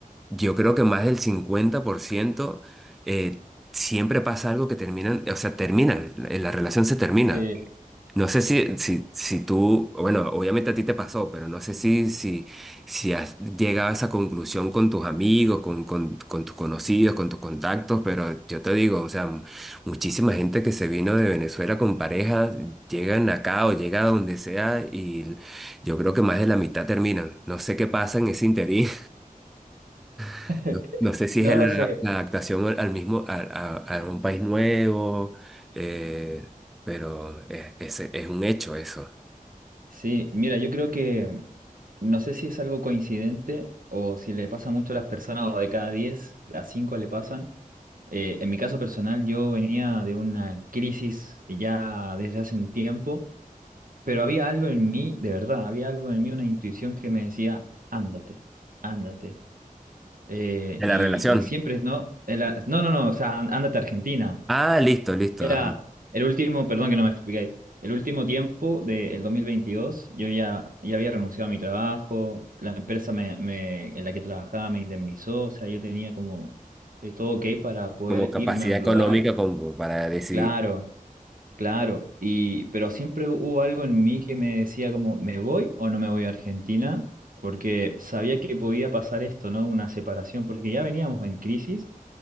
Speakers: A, in the centre; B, on the right (about 70°).
A: yo creo que más del 50% eh, siempre pasa algo que terminan, o sea, terminan, la la relación se termina.
B: sí,
A: No sé si, si,
B: sí.
A: si tú, bueno, obviamente a ti te pasó, pero no sé si, si si has llegado a esa conclusión con tus amigos, con, con- con tus conocidos, con tus contactos, pero yo te digo, o sea, mu- muchísima gente que se vino de Venezuela con pareja, llegan acá o llega a donde sea y yo creo que más de la mitad terminan. No sé qué pasa en ese interín, <laughs>
B: <laughs>
A: no, no sé si
B: No
A: es
B: lo
A: la,
B: sé.
A: la adaptación al al mismo, a, a- a un país nuevo, eh, pero es, es es un hecho eso,
B: Sí, mira, yo creo que no sé si es algo coincidente o si le pasa mucho a las personas o de cada 10 a 5 le pasan. Eh, en mi caso personal, yo venía de una crisis ya desde hace un tiempo Pero había algo en mí, de verdad, había algo en mí, una intuición que me decía, ándate, ándate. Eh,
A: de
B: y,
A: la relación.
B: y siempre, no, era- no, no, no, o sea, án- ándate a Argentina.
A: Ah, listo, listo.
B: Era
A: ajá.
B: el último, perdón que no me expliqué, el último tiempo del 2022, yo ya, ya había renunciado a mi trabajo, la empresa me, me- en la que trabajaba me indemnizó, o sea, yo tenía como eh, todo ok para poder
A: como capacidad
B: irme a un
A: económica
B: lugar.
A: como para decidir.
B: Claro, Claro, y pero siempre hubo algo en mí que me decía como, ¿me voy o no me voy a Argentina? Porque sabía que podía pasar esto, ¿no? Una separación, porque ya veníamos en crisis